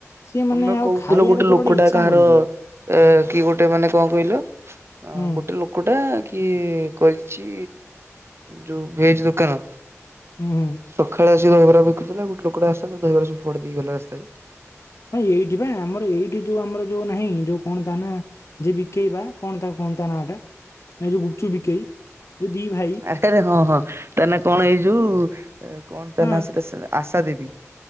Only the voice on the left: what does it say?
ସିଏ
ମାନେ ଆଉ ଆଉ
ଖାଇବାର
ତୋର
କୋଉଠି ଇଚ୍ଛା
ମରିଯିବ। କୁକୁଡ଼ା
ହୁଁ
ହୁଁ ହୁଁ
ଆଁ ଏଇଠି ପା ଆମର ଏଇଠି ଯୋଉ ଆମର ଯୋଉ ନାହିଁ ଯୋଉ କଣ ତା ନା ଯିଏ ବିକେଇ ବା କଣ ତା କଅଣ ତା ନା ଟା ଏ ଯୋଉ ଗୁପ୍ ଚୁପ୍ ବିକେଇ ଯୋ ଦି ଭାଇ।
ହଁ